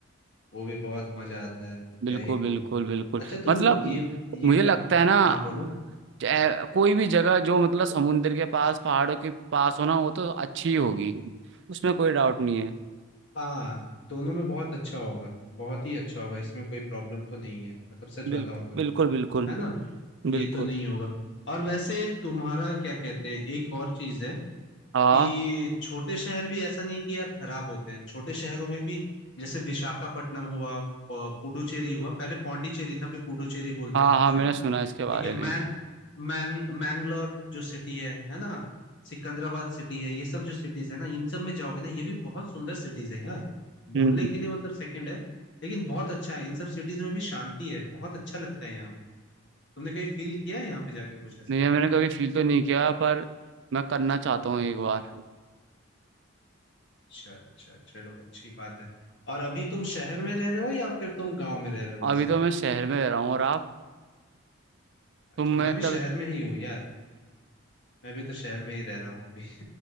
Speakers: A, on the left; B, on the right.
A: वो भी बहुत मजा आता है क्या
B: बिल्कुल
A: ही
B: बिल्कुल
A: बोलूं
B: बिल्कुल
A: अच्छा तुम
B: मतलब
A: ये ये
B: मुझे लगता
A: बत
B: है ना
A: हाँ बोलो
B: चाहे- कोई भी जगह जो मतलब समुद्र के पास पहाड़ों के पास हो ना वो तो अच्छी ही होगी उसमें कोई डाउट नहीं है
A: हाँ दोनों में बहुत अच्छा होगा बहुत ही अच्छा होगा इसमें कोई प्रॉब्लम तो नहीं है मतलब सच बताऊं
B: बिल्कुल
A: तो
B: बिल्कुल बिल्कुल
A: है ना ये
B: बिल्कुल
A: तो नहीं होगा और वैसे तुम्हारा क्या कहते हैं एक और चीज है
B: हाँ
A: कि छोटे शहर भी ऐसा नहीं है कि यार खराब होते हैं छोटे शहरों में भी जैसे विशाखापट्टनम हुआ प- पुडुचेरी हुआ पहले पौंडीचेरी था अभी पुडुचेरी बोलते
B: हाँ
A: हैं उसे
B: हाँ मैंने सुना इसके बारे
A: ठीक है मैंग
B: में
A: मैंग मैंगलोर जो सिटी है है ना सिकंदराबाद सिटी है ये सब जो सिटीज है ना इन सब में जाओगे ना ये भी बहुत सुंदर सिटीज है यार
B: हम्म
A: बोलने के लिए मतलब सेकंड है लेकिन बहुत अच्छा है इन सब सिटीज में भी शांति है बहुत अच्छा लगता है यहाँ पे तुमने कहीं फील किया है यहाँ पे जाके कुछ ऐसा
B: नहीं यार, मैंने कभी फील तो नहीं किया पर मैं करना चाहता हूँ एक बार
A: अच्छा अच्छा चलो अच्छी बात है और अभी तुम शहर में रह रहे हो या फिर तुम गांव में रह रहे हो वैसे
B: अभी तो मैं शहर में रह रहा हूँ और आप
A: अच्छा
B: तुम
A: मैं
B: मैं
A: भी
B: तब
A: शहर में ही हूँ यार मैं भी तो शहर में ही रह रहा हूँ अभी